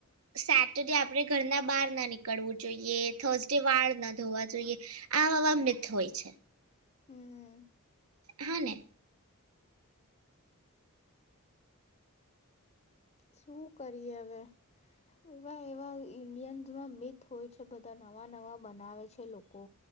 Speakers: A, on the right; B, on the left.
A: સેટ આપણે ઘરના બહાર ના નીકળવું જોઈએ થર્સડે વાળ ના ધોવા જોઈએ આવા મથ હોય છે.
B: હમ.
A: હા ને
B: શું કરીએ હવે એવા-એવા ઈન્ડિયન્સમાં મિથ હોય છે બધા નવા-નવા બનાવે છે લોકો